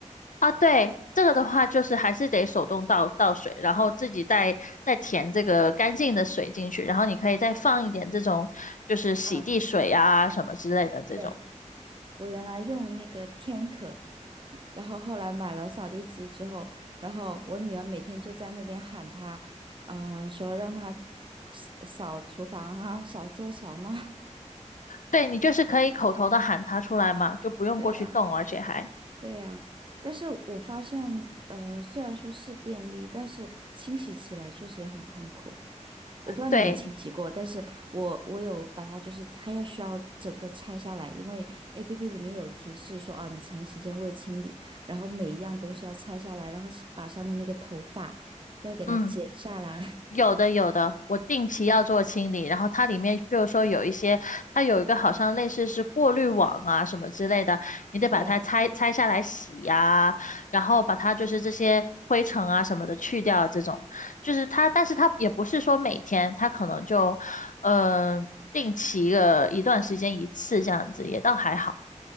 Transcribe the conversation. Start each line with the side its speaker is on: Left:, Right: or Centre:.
Left: 啊，对，这个的话就是还是得手动倒倒水，然后自己再再填这个干净的水进去，然后你可以再放一点这种就是洗地水啊什么之类的这种。
Right: 嗯，对，我原来用那个天可，然后后来买了扫地机之后，然后我女儿每天就在那边喊她，呃，说让她扫厨房啊，扫这扫那。
Left: 对，你就是可以口头的喊它出来嘛，就不用过去动，
Right: <laughs> 对呀，
Left: 而且还
Right: 对呀。但是我发现，呃，虽然说是便利，但是清洗起来确实也很痛苦。我不知道你有没有清洗过，
Left: 对，
Right: 但是我我有把它，就是它要需要整个拆下来，因为 APP 里面有提示说，哦，你长时间未清理，然后每一样东西要拆下来，然后是把上面那个头发要给它剪下来。
Left: 嗯。
Right: <laughs>
Left: 有的有的，我定期要做清理，然后它里面，比如说有一些，它有一个好像类似是过滤网啊什么之类的，你得把它拆拆下来洗呀、
Right: 对
Left: 然后把它就是这些灰尘啊什么的去掉，这种就是它，但是它也不是说每天，它可能就嗯、呃定期个一段时间一次这样子，也倒还好。